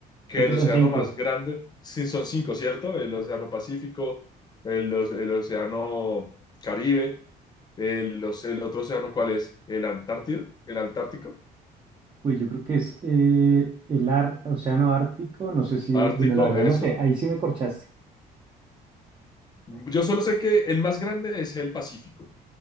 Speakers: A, on the left; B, on the right.
A: que
B: creo que
A: el
B: son
A: océano
B: cinco.
A: más grande, sí, son cinco, ¿cierto? El océano Pacífico, el, oce- el océano Caribe, el, oce- el otro océano, ¿cuál es? El Antártido, el Antártico,
B: Uy, yo creo que es eh, el ar- Océano Ártico, no sé si,
A: Ártico,
B: bueno, la verdad
A: eso.
B: no sé, ahí sí me corchaste.
A: Yo solo sé que el más grande es el Pacífico.